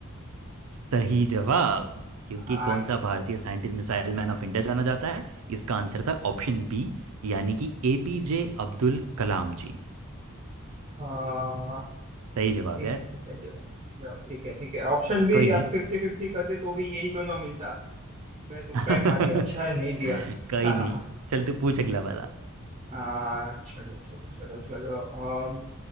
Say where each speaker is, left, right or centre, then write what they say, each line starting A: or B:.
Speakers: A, on the right (about 85°); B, on the right (about 30°).
A: सही जवाब क्योंकि
B: आ,
A: कौन
B: ये-
A: सा भारतीय scientist missile man of India जाना जाता है इसका आंसर था ऑप्शन बी यानी कि एपीजे अब्दुल कलाम जी
B: आ,
A: सही जवाब
B: ठीक
A: यार
B: है सही जवाब जवाब, ठीक है ठीक है ऑप्शन भी
A: कोई नहीं
B: आप फिफ्टी फिफ्टी करते तो भी यही दोनों मिलता मैं तुक्का
A: <laughs>
B: ही मार दिया अच्छा
A: कोई
B: है नहीं दिया <laughs>
A: नहीं चल तू पूछ अगला वाला
B: आ, चलो चलो चलो चलो अम,